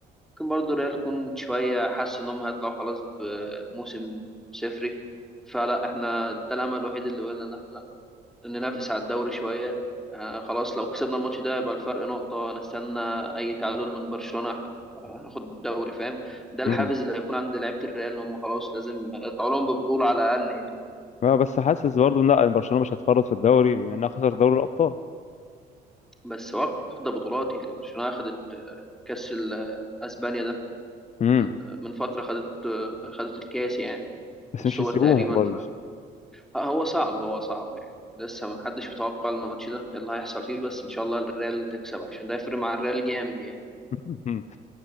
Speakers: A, in the centre; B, on the left.
A: ممكن برضو الريال يكون شوية حس انهم هيطلعوا خلاص بموسم صفري فلا احنا ده الامل الوحيد اللي بقولنا ننافس على الدوري شوية آه، خلاص لو كسبنا الماتش ده يبقى الفرق نقطة هنستنى أي تعادل من برشلونة ح- هناخد الدوري فاهم ده الحافز
B: امم
A: اللي هيكون عند لعيبة الريال إن هم خلاص لازم يطلعوا لهم ببطولة على الأقل يعني
B: اه بس حاسس برضه إن لا برشلونة مش هتفرط في الدوري بما انها خسر دوري الابطال
A: بس واخدة بطولات يعني برشلونة أخدت آه، كأس ال- آه، أسبانيا ده
B: امم
A: ال- من فترة خدت آه، خدت الكاس يعني
B: بس
A: والسوبر
B: مش يسيبوهم
A: تقريبا
B: برضه
A: فهو صعب هو صعب يعني لسه محدش متوقع الماتش ده إيه اللي هيحصل فيه بس إن شاء الله الريال تكسب عشان ده يفرق مع الريال جامد يعني
B: <laughs>